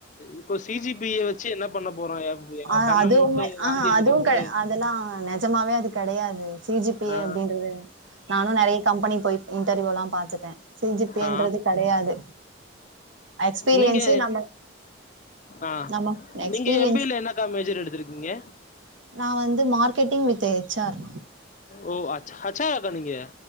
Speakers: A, on the left; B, on the right.
A: இப்போ சி ஜி பிய வச்சி என்ன பண்ண போறோ எ
B: ஆ
A: கண்ண
B: அதுவுமே
A: மூட்டு வாந்தி
B: ஆஹ
A: எடுக்கிறதோட
B: அதுவு கெடை அதெல்லா நெஜமாவே அது கெடையாது சி ஜி பிய
A: ஆ
B: எப்டி என்றது நானு நெறைய கம்பெனி போய் இன்டர்வியூல்லா பாத்துக் கே‌ செஞ்சிப்பேன்றது
A: ஆ
B: கெடையாது எக்ஸ்பீரியன்ஸ்
A: நீங்க
B: நம்ம
A: ஆ
B: நம்ம எஸ்பீரியன்ஸ்
A: நீங்க எம் பி ஏ ல என்னக்கா மேஜர் எடுத்திருக்கீங்க
B: நா வந்து மார்க்கெட்டிங் வித் ஹெச் ஆர்
A: ஓ அச் ஹெச் ஆராக்கா நீங்க